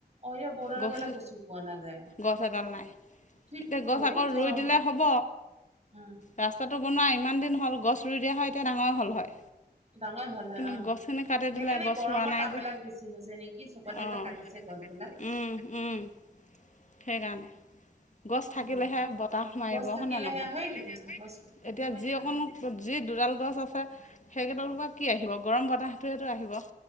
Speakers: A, on the right; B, on the left.
A: অ', এতিয়া বৰ্ডলৈ
B: গছ
A: গ'লে গছো পোৱা নাযায়।
B: গছ এডাল নাই
A: ধুইত
B: এতিয়া গছ
A: বহুত
B: আকৌ ৰুই
A: গৰম
B: দিলে হ'ব
A: অ',
B: ৰাস্তাটো বনোৱা ইমান দিন হ'ল গছ ৰুই দিয়া হয় এতিয়া ডাঙৰ হ'ল হয়
A: ডাঙৰ হল হয়
B: কিন্তু
A: অ
B: গছখিনি কাটি
A: সেইকাৰণে
B: দিলে গছ
A: গৰমত
B: ৰোৱা নাই
A: তাপ
B: যে
A: বিলাক বেছি হৈছে নেকি চবতে
B: অঁ
A: যে কাটিছে গছবিলাক <unintelligible>
B: উম উম সেইকাৰণে গছ থাকিলেহে
A: উম,
B: বতাহ মাৰিব
A: গছ থাকিলেহে
B: হয়নে নহয়,
A: হয়তোতো গছ কাটিবই
B: এতিয়া যি
A: নালাগে।
B: অকণ যি দুডাল গছ আছে সেইকেইডালৰ পৰা কি আহিব গৰম বতাহটোৱেতো আহিব